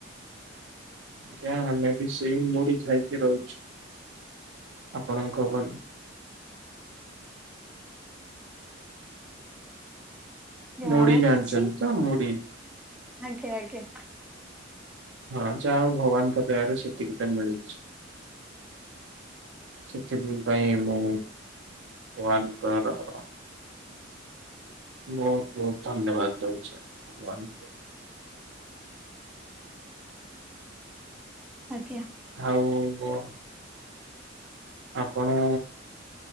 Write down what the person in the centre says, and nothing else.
ଆଉ
କିଛି
ଆଜ୍ଞା ଆଜ୍ଞା।
ଆଜ୍ଞା।